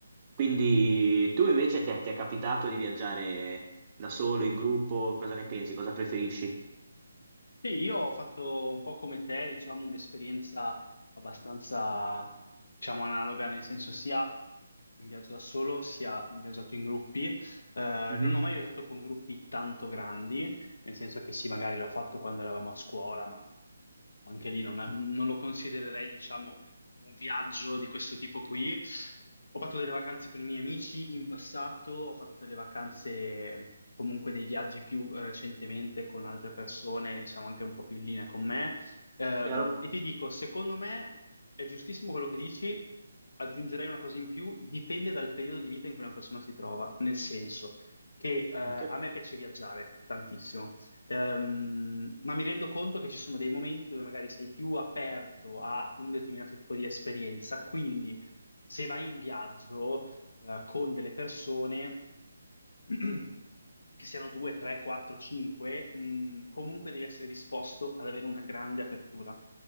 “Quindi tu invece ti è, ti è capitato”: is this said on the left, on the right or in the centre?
Right